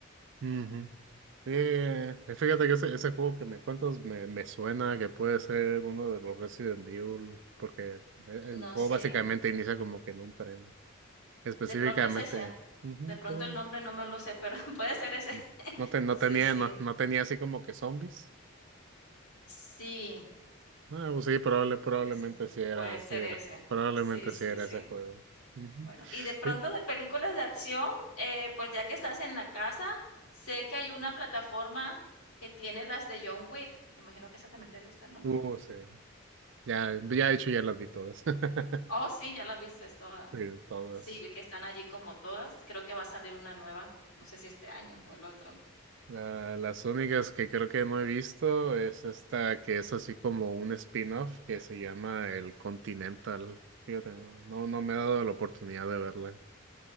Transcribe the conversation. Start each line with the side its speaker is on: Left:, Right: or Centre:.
Right: ujú. Eh, fíjate que ese, ese juego que me cuentas me, me suena que puede ser uno de los Resident Evil, porque el, el
Left: No
Right: juego
Left: sé,
Right: básicamente inicia como que en un tren. Específicamente,
Left: de pronto es ese,
Right: ujú,
Left: de pronto
Right: sí.
Left: el nombre no me lo sé, pero <laughs> puede ser ese.
Right: mm, No, te, no
Left: Sí,
Right: tenía,
Left: sí,
Right: no, no tenía así como que zombies.
Left: sí,
Right: Ah, pues sí, probable, probablemente
Left: creo que sí,
Right: sí era,
Left: puede ser
Right: sí era.
Left: ese.
Right: Probablemente
Left: Sí, sí,
Right: sí era
Left: sí.
Right: ese juego. Ujú,
Left: Bueno, y de pronto
Right: Sí,
Left: de películas de acción, eh, pues ya que estás en la casa, sé que hay una plataforma que tiene las de John Wick. Me imagino que esas también te gustan, ¿no?
Right: ujú. Uh, sí. Ya, ya de hecho ya las vi todas. <laughs>
Left: Oh, sí, ya las viste todas.
Right: Sí, todas.
Left: Sí, vi que están allí como todas. Creo que va a salir una nueva, no sé si este año o el otro.
Right: La- las únicas que creo que no he visto es esta que es así como un spin-off que se llama El Continental. Fíjate, no, no no me ha dado la oportunidad de verla.